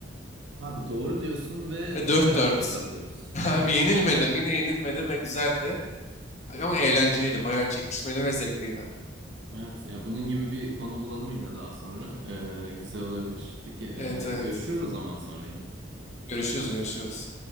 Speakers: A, on the right (about 70°); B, on the left (about 40°).
A: Abi doğru diyorsun ve
B: E, 4-4.
A: berabere kalıyoruz.
B: <laughs> Abi
A: Evet.
B: yenilmedim yine yenilmedim ve güzeldi. Ama eğlenceliydi bayağı çekişmeli ve zevkliydi.
A: Evet. Ya bunun gibi bir konu bulalım yine daha sonra. Ee, güzel olabilir. Peki, e,
B: Evet evet.
A: görüşürüz o zaman sonra yine.
B: Görüşürüz görüşürüz.